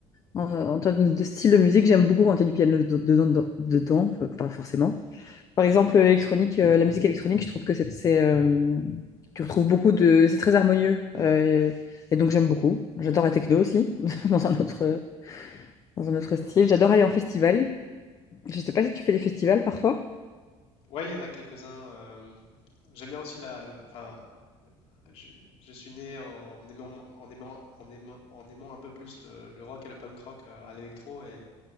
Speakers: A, on the left; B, on the left.
A: en, en termes de style de musique, j'aime beaucoup quand il y a du piano dedans, dedans- dedans, euh, pas forcément. Par exemple, l'électronique, euh, la musique électronique, je trouve que c'est, c'est, euh, tu retrouves beaucoup de, c'est très harmonieux. euh, et et donc j'aime beaucoup. J'adore la techno aussi, <laughs> dans un autre, dans un autre style. J'adore aller en festival. Je sais pas si tu fais des festivals parfois.
B: Ouais, il y en a quelques-uns. euh, j'aime bien aussi la. le- Enfin, je, je suis né en aimant, en aimant, en aimant, en aimant un peu plus le, le rock et le punk rock euh, à l'électro. Et